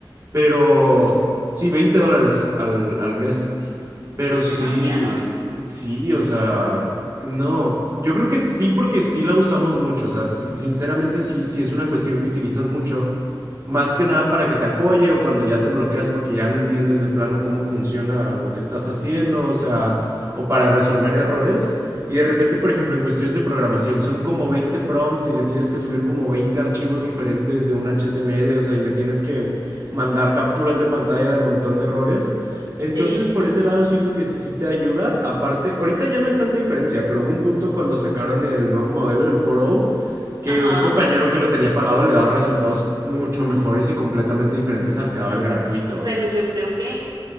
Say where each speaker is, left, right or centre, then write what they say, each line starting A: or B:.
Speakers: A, on the right; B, on the right.
A: pero sí, 20 dólares al, al mes. Pero
B: Es
A: sí,
B: demasiado.
A: sí, o sea, no, yo creo que sí porque sí la usamos mucho, o sea, sí- sinceramente sí, sí es una cuestión que utilizas mucho, más que nada para que te apoye o cuando ya te bloqueas porque ya no entiendes de plano cómo funciona lo que estás haciendo, o sea, o para resolver errores. Y de repente, por ejemplo, en cuestiones de programación son como 20 prompts y le tienes que subir como 20 archivos diferentes de un HTML, o sea, y le tienes que mandar capturas de pantalla del montón de errores. Entonces,
B: Sí,
A: por ese lado siento que sí te ayuda. Aparte, ahorita ya no hay tanta diferencia, pero hubo un punto cuando sacaron el nuevo modelo, el 4.0, que
B: ajá,
A: un compañero que lo tenía pagado le daba resultados mucho mejores y completamente diferentes al que daba el gratuito.
B: pero yo creo que,